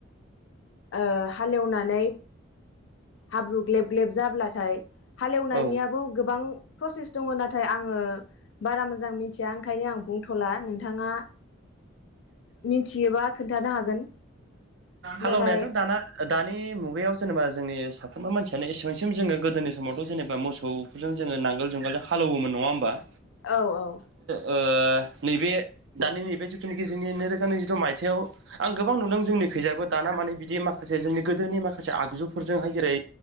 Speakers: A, on the left; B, on the right.
A: ओ हालेवनानै हाब्रु ग्लेब ग्लेब जाब्लाथाय हालेवनायनियाबो
B: औ
A: गोबां प्रसेस दङ नाथाय आङो बारा मोजां मिथिया ओंखायनो आं बुंथ'ला नोंथाङा मिथियोबा खोन्थानो हागोन।
B: हाल
A: नाथाय
B: एवनायाथ' दाना दानि मुगायाव जेनेबा जोंनि साफ्रोमबो मानसियानो एसेबांसिम जोङो गोदोनि समावथ' जेनेबा मोफोरजों जोङो नांगोल जुंगालजों हालौमोन नङा होमबा?
A: औ औ
B: ओ-नैबे दानि नैबे जिथुनाखि जोंनि नैरोजा नैजिद' मायथाइयाव आं गोबां नुदों जोंनि खैजाबो दाना माने बिदि माखासे जोंनि गोदोनि माखासे आगजुफोरजोंहाय जेरै